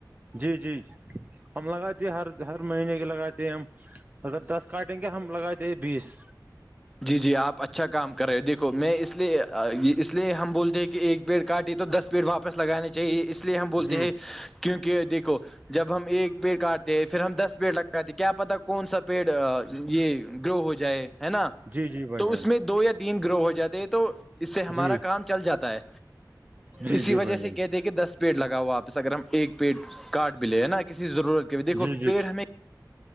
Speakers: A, on the right; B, in the centre.
A: جی جی ہم لگاتے ہیں ہر ہر مہینے کے لگاتے ہیں ہم اگر دس کاٹیں گے ہم لگاتے ہیں بیس
B: جی جی آپ اچھا کام کر رہے دیکھو میں اس لیے اس لیے ہم بولتے ہیں کہ ایک پیڑ کاٹے تو دس پیڑ واپس لگانا چاہیے اس لیے ہم بولتے
A: جی
B: ہیں کیونکہ دیکھو جب ہم ایک پیڑ کاٹتے پھر ہم دس پیڑ لگاتے کیا پتا کون سا پیڑ یہ گرو ہو جائے ہے نا
A: جی جی بھائی
B: تو
A: جان
B: اس میں دو یا تین گرو ہو جاتے ہیں تو اس سے ہمارا
A: جی
B: کام چل جاتا ہے
A: جی
B: اسی
A: جی
B: وجہ
A: بھائی
B: سے
A: جان
B: کہتے ہیں کہ دس پیڑ لگاؤا واپس اگر ہم ایک پیڑ کاٹ بھی لے ہے نا کسی ضرورت کے لئے دیکھو
A: جی جی
B: پیڑ ہمیں